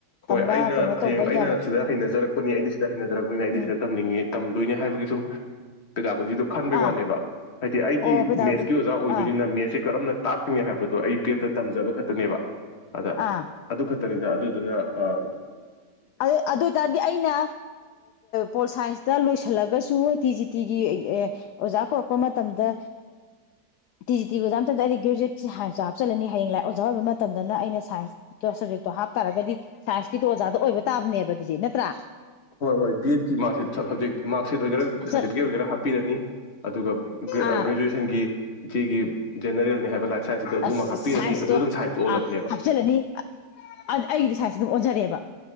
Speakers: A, on the left (about 40°); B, on the left (about 75°).
A: ꯍꯣꯏ
B: ꯇꯝꯕ
A: ꯑꯩꯅ
B: ꯀꯩꯅꯣ
A: ꯍꯌꯦꯡ
B: ꯇꯧꯕ
A: ꯑꯩꯅ
B: ꯌꯥꯕ
A: ꯁꯤꯗ ꯍꯩꯅꯖꯔꯛꯄꯅꯤ ꯑꯩꯗꯤ ꯁꯤꯗ ꯍꯩꯅꯖꯔꯛꯄꯅꯤ ꯑꯩꯗꯤ
B: ꯎꯝ
A: ꯁꯤꯗ ꯇꯝꯅꯤꯡꯉ ꯇꯝꯗꯣꯏꯅꯦ ꯍꯥꯏꯕꯒꯤ ꯁꯨꯝ ꯀ ꯈꯟꯕꯒꯤ
B: ꯑꯥ
A: ꯋꯥꯅꯦꯕ ꯍꯥꯏꯗꯤ ꯑꯩꯗꯤ
B: ꯑꯣ ꯄꯦꯗꯥꯒꯣ
A: ꯃꯦꯠꯁꯀꯤ ꯑꯣꯖꯥ ꯑꯣꯏꯗꯣꯏꯅꯤꯅ
B: ꯑꯥ
A: ꯃꯦꯠꯁꯦ ꯀꯔꯝꯅ ꯇꯥꯛꯇ꯭ꯉꯩ ꯍꯥꯏꯕꯗꯣ ꯑꯩ ꯕꯦꯠꯇ ꯇꯝꯖꯕ ꯈꯛꯇꯅꯦꯕ ꯑꯗ
B: ꯑꯥ
A: ꯑꯗꯨ ꯈ ꯇꯅꯤꯗ ꯑꯗꯨꯗꯨꯅ ꯑ
B: ꯑꯗꯨ ꯑꯗꯨ ꯑꯣꯏ ꯇꯔꯗꯤ ꯑꯩꯅ ꯄꯣꯜ ꯁꯥꯏꯟꯁꯇ ꯂꯣꯏꯁꯤꯜꯂꯒꯁꯨ ꯇꯤ ꯖꯤ ꯇꯤꯒꯤ ꯑꯣꯖꯥ ꯀꯧꯔꯛꯄ ꯃꯇꯝꯗ ꯇꯤ ꯖꯤ ꯇꯤ ꯑꯣꯖꯥ ꯃꯇꯝꯗ ꯑꯩꯗꯤ ꯒ꯭ꯔꯦꯖꯨꯋꯦꯠ ꯁꯥꯏꯟꯁꯇꯣ ꯍꯥꯞꯆꯜꯂꯅꯤ ꯍꯌꯦꯡ ꯂꯥꯏꯛ ꯑꯣꯖꯥ ꯑꯣꯏꯕ ꯃꯇꯝꯗꯅ ꯑꯩꯅ ꯁꯥꯏꯟꯁꯇꯣ ꯁꯞꯖꯦꯛꯇꯣ ꯍꯥꯞꯇꯥꯥꯔꯒꯗꯤ ꯁꯥꯏꯟꯁꯀꯤꯗꯤꯣ ꯑꯣꯖꯥꯗ ꯑꯣꯏꯕ ꯇꯥꯕꯅꯦꯕ ꯑꯗꯨꯗꯤ ꯅꯠꯇ꯭ꯔꯥ
A: ꯍꯣꯏ ꯍꯣꯏ ꯕꯤ ꯑꯦꯠꯀꯤ ꯃꯥꯔꯛꯁꯤꯠ ꯁꯕꯖꯦꯛ ꯃꯥꯔꯛꯁꯤꯠ ꯑꯣꯏꯒꯦꯔꯥ
B: ꯍꯥꯞꯆꯜ
A: ꯁꯥꯔꯇꯤꯐꯤꯀꯦꯠ ꯑꯣꯏꯒꯦꯔꯥ ꯍꯥꯞꯄꯤꯔꯅꯤ ꯑꯗꯨꯒ
B: ꯑꯥ
A: ꯒ꯭ꯔꯦꯖꯨꯋꯦꯁꯟꯒꯤ ꯏꯆꯦꯒꯤ ꯖꯦꯅꯦꯔꯦꯜꯅꯤ ꯍꯥꯏꯕ ꯂꯥꯏꯞ ꯁꯥꯏꯟꯁꯁꯤꯗ ꯑꯗꯨꯃ
B: ꯑꯁ
A: ꯍꯥꯞꯄꯤꯔꯅꯤ
B: ꯁꯥꯏꯟꯁꯇꯣ
A: ꯑꯗꯨ ꯑꯗꯨꯝ ꯁꯥꯏꯟꯁꯇ ꯑꯣꯜꯂꯕꯅꯦꯕ
B: ꯑꯥ ꯍꯥꯞꯆꯤꯜꯂꯅꯤ ꯑꯩꯒꯤꯗꯤ ꯁꯥꯏꯟꯁ ꯑꯗꯨꯝ ꯑꯣꯟꯖꯔꯦꯕ